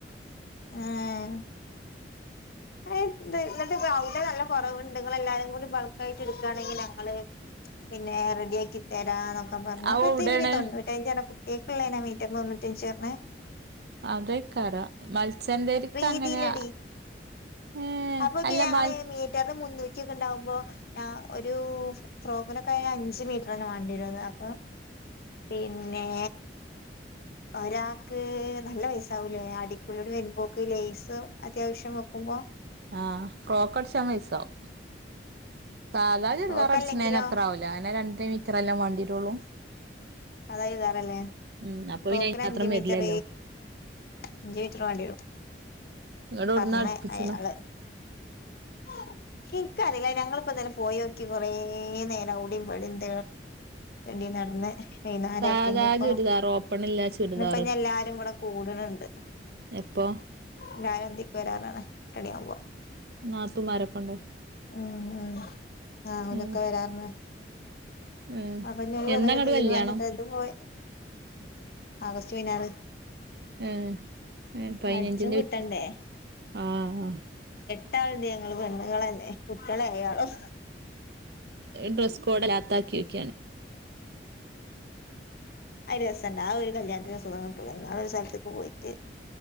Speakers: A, on the left; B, on the right.
A: ആഹ എന്നിട്ട് അവിടെ നല്ല കുറവ്ുണ്ട് നിങ്ങ എല്ലാരും കൂടി ബൾക്ക് ആയിട്ട് എടുക്കുകയാണെങ്കിൽ ഞങ്ങള് പിന്നെ റെഡി ആാക്കി തരാന അ പറ
B: അത്
A: പയീവിനി
B: എവിടേണ്
A: തൊണൂറ്റഞ്ച അട കുട്ടികൾക്കുള്ളള്ളേനാ മീറ്റന്ന്ൊണ്ൂറ്റഞ്ച് പറഞ്ഞണ്
B: അതൊക്കറോ മത്സ്യന്ധേക്ക്
A: പ്രീതിയിലെടി
B: അങ്ങനെ ഏഹ്
A: അപ്പൊക്കെ
B: അല്ല
A: ഞങ്ങള്
B: മൽ
A: മീറ്റ ടെ മുന്നൂക്കിയൊക്കെ ഉണ്ടാവകുമ്പോ ഒരു ഫ്രോക്കിനൊക്കെ അഞ്ച് മീറ്ററണ് വണ്ടി വരുന്നത് പിന്നെ ഒരാൾക്ക് നല്ല വയസാവൂലേ അടിക്കൂലിയോട് വരുമ്പോക്ക് ലേസ് അത്യാവശ്യം വെക്കുമ്പോ
B: ആഹ ഫോക്കഡ് ൻ മൈസവും സാധാ ചരിാ
A: ഫ്രോക്ക്
B: അടിുണ്ട
A: അല്ലെങ്കിലോ
B: അത്ര ആാവല്ല അനെ രണ്ടേ മീറ്റർ എല്ലാം വേണ്ടീട്ടുള്ളൂ
A: അതായിതറല്ലേ
B: ഉം അപ്പൊ
A: ടോക്കിന്
B: പിന്നെ അയിന്
A: അഞ്ച
B: മാത്രം
A: മീറ്റർ
B: വരില്ലല്ലോ
A: അഞ്ച മീറ്റർ വേണ്ടി വരും
B: ഇങ്ങട്ട്
A: പറ
B: എവിടുന്നാ അടിപ്പിച്ച്ണ്
A: അയാള് ഉം ഹിക്കറില്ല ഞങ്ങിപ്പ തന്നെ പോയി നോക്കി കൊറേ നേരം ഓട്പടന്ത എടി നടന്ന് വൈനരത്തിനി
B: സാധാ
A: ഇപ്പ
B: ചുരിദാർ ഓപ്പണില്ല ചുരിദാർ
A: ഇപ്പ എല്ലാരും കൂടെ കൂടണണ്ട്
B: എപ്പൊ
A: ാല എന്തതിക്ക് വരാറാണ് ടിയ ആവുമ്പോ
B: നാത്തൂമാരൊക്കെണ്ടോ
A: ഉ ഉ ആ അവലൊക്കെ
B: ഉം
A: വരാറന്ന്
B: ഉം
A: അപ്പൊ ഞൻ വന്നരു
B: എന്നങ്ങട്ട്
A: തീരുമാനിച്ചിട്ടത്
B: കല്യാണം
A: പോയ ആഗോസ്റ്റ് മനാറ്
B: ഏർ ഏർ പതിനഞ്ചിറെ
A: അടിച്ചും കിട്ടണ്ടേ
B: വച്ച ആഹ
A: പട്ടാളുണ്ട് ഞങ്ങള്ൾ പെണ്ണുങ്ങളല്ലെ കുട്ടികളെ അയാളും
B: ഡ്രസ് കോഡ് അല്ലാത്ത ആാക്കി വോക്കാണ്
A: അ രസണ്ട് ആ ഒരു കല്യാണത്തിന് സുഖം കിട്ടല എന്ന ഒരു സ്ഥലത്തേക്ക് പോയിട്ട്